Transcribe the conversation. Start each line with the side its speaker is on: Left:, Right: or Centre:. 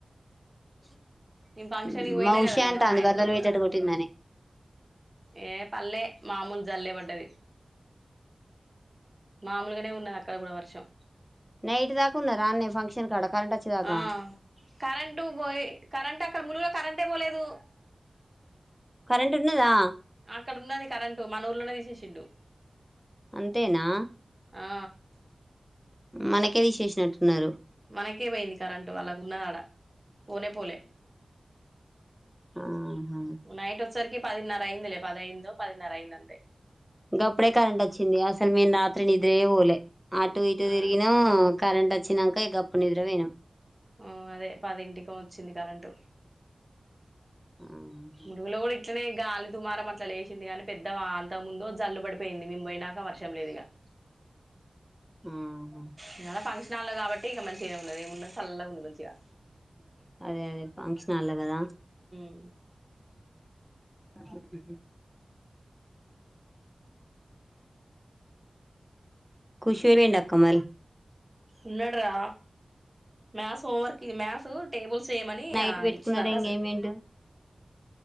Right: నిం ఫంక్షన్
Centre: ఉమ్,
Right: కి పోయినా
Centre: మౌష
Right: కదా నిన్న
Centre: అంటాంది
Right: సాయంత్రం
Centre: వరదలు పోయేటట్టు కొట్టిందని
Right: ఏ పల్లె మామూలు జల్లే పడ్డది మా ములుగానే ఉన్నది అక్కడ కూడా వర్షం
Centre: నైట్ దాకా ఆడనే ఫంక్షన్ కాడ కరెంట్ వచ్చేదాకా
Right: ఆ కరెంటు పోయి కరెంట్ అక్కడ ములుగులో కరెంటే పోలేదు
Centre: కరెంట్ ఉన్నదా
Right: అక్కడ ఉన్నది కరెంటు మన ఊర్లోనే తీసేసిండు
Centre: అంతేనా
Right: ఆ
Centre: మనకే తీసేసినట్టున్నారు
Right: మనకే పోయింది కరెంటు వాళ్లాకు ఉన్నది ఆడ పోనే పోలే
Centre: ఆహా
Right: నైట్ వచ్చరికి పదిన్నర అయిందిలే పదయిందో పదిన్నర అయింది అంతే
Centre: గప్పుడే కరెంట్ వచ్చింది అసలు మేను రాత్రి నిద్రే పోలే అటు ఇటు
Right: ఆ
Centre: తిరిగినా కరెంట్ వచ్చినాక గప్పుడు నిద్ర పోయినాం
Right: ఉ అదే పదింటికేమో వచ్చింది కరెంటు
Centre: ఆహా
Right: ముడుగులో గూడ ఇప్ ఇట్లనే గాలి దుమారం అట్లా లేసిింది కాని పెద్దవా అంత ముందు జల్లు పడిపోయింది మేము పోయినాక వర్షం లేదు ఇగ <inaudible>
Centre: ఆహా.
Right: ఇగ అల్ల ఫంక్షన్ హల్ల కాబట్టి ఇంగ మంచిగానే ఉన్నది ఏమున్నది చల్లగా ఉంది మంచిగా
Centre: అదే అదే ఫంక్షన్ హాల్లో కదా
Right: మ్
Centre: మ్ హు కుష్వేరేండక్క మరి
Right: ఉన్నాడ్రా maths homework maths table చేేమని
Centre: నైట్
Right: ఆ
Centre: పెట్టుకున్నారు
Right: ఇచ్చినక
Centre: ఎంగేజ్మెంట్
Right: అసల్